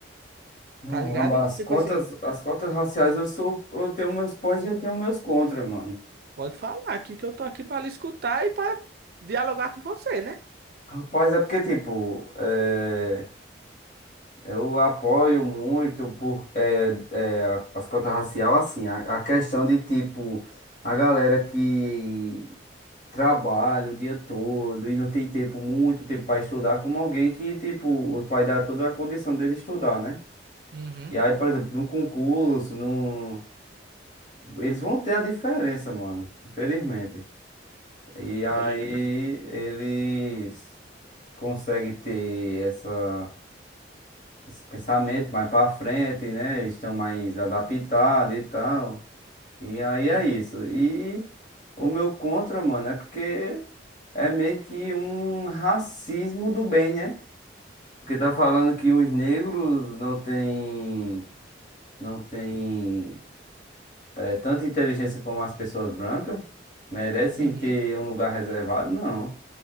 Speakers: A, on the left (about 40°); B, on the right (about 50°).
A: Caramba,
B: Tá ligado?
A: as
B: Tipo
A: cotas,
B: assim,
A: as cotas raciais eu sou, eu tenho meus pós e eu tenho meus contras, mano.
B: pode falar aqui que eu tô aqui pra lhe escutar e pra dialogar com você, né?
A: Rapaz, é porque, tipo, é, eu apoio muito por é, é, a- as cotas racial, assim, a, a questão de, tipo, a galera que trabalha o dia todo e não tem tempo, muito tempo para estudar, como alguém que, tipo, os pais dão toda a condição dele estudar, né?
B: Uhum,
A: E aí, por exemplo, no concurso, num. Eles vão ter a diferença, mano. Infelizmente. E aí
B: tô ligado.
A: eles conseguem ter essa, esse pensamento mais pra frente, né? Eles Estão mais adaptados e tal. E aí
B: Uhum,
A: é isso. E o meu contra, mano, é porque é meio que um racismo do bem, né? Porque tá falando que os negros não têm, não têm É, tanto inteligência como as pessoas brancas merecem
B: uhum.
A: ter um lugar reservado? Não.